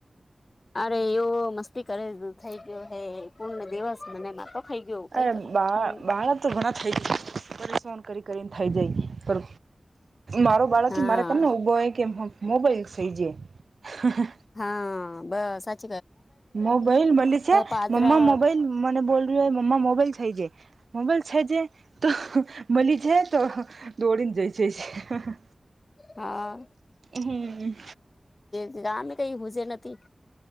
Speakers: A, on the left; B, on the right.
A: એવ મસ્તી કર ગ્યો થઈ ગ્યો હે પૂરો દિવસ મને માંતો ખઇ ગ્યો કઈ
B: અરે
A: કરું
B: બા
A: હમ.
B: બાળક તો ઘણા થઈ <inaudible> પરેશાન કરી કરીને થઈ જાય પર મારો બાળક
A: હા
B: મારે તમને ઉભો હોય કે મોબાઈલ થઈ જાય હ હ.
A: હા, બસ આ
B: મોબાઈલ મલી છે
A: પાત્રા
B: મમ્મા મોબાઈલ મને બોલ રહ્યું ને મા મોબાઈલ છે જે મોબાઈલ છે જે તો મલી છે તો હ દોડીને જાય છે હા હા.
A: હા,
B: હમ
A: કઈ ગામે કઈ હજે નથી.